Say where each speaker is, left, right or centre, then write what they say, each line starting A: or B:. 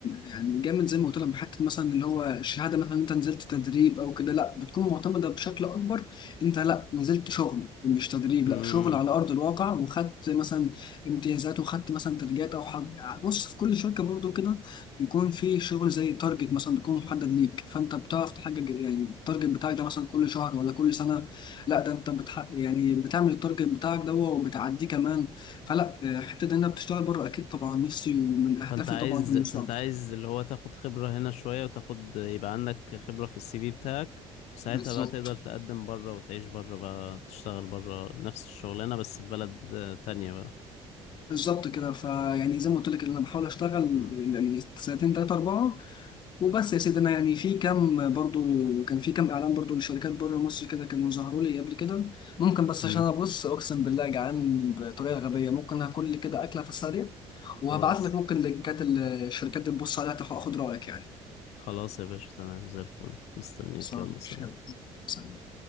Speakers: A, on the left; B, on the left.
A: يعني جامد زي ما قلت لك حتة مثلا اللي هو الشهادة مثلا إن أنت نزلت تدريب أو كده لأ بتكون معتمدة بشكل أكبر أنت لأ نزلت شغل مش تدريب
B: امم
A: لأ شغل على أرض الواقع وخدت مثلا امتيازات وخدت مثلا تدريبات أو حاجة بص في كل شركة برضه كده بيكون في شغل زي تارجت مثلا بيكون محدد ليك فانت بتعرف تحقق يعني التارجت بتاعك ده مثلا كل شهر ولا كل سنه لا ده انت بتحقق يعني بتعمل التارجت بتاعك ده وبتعديه كمان فلا آه، حته ان انا بتشتغل بره اكيد طبعا نفسي ومن اهدافي
B: فانت عايز
A: طبعا في المستقبل
B: فانت عايز اللي هو تاخد خبرة هنا شوية وتاخد يبقى عندك خبرة في السي في بتاعك ساعتها
A: بالظبط
B: بقى تقدر تقدم بره وتعيش بره بقى تشتغل بره نفس الشغلانة بس في بلد آه، تانية بقى
A: بالظبط كده فيعني زي ما قلت لك إن انا بحاول اشتغل
B: امم
A: يعني سنتين تلاته اربعه وبس يا سيدي انا يعني في كام برضو كان في كام اعلان برضو لشركات بره مصر كده كانوا ظهروا لي قبل كده ممكن بس
B: امم
A: عشان انا بص اقسم بالله جعان بطريقه غبيه ممكن هاكل لي كده اكله في السريع وهبعت
B: خلاص
A: لك ممكن لينكات الشركات اللي تبص عليها تاخد اخد رايك يعني
B: خلاص يا باشا تمام زي الفل مستنيك
A: بس أنا
B: يلا سلام
A: مش سلام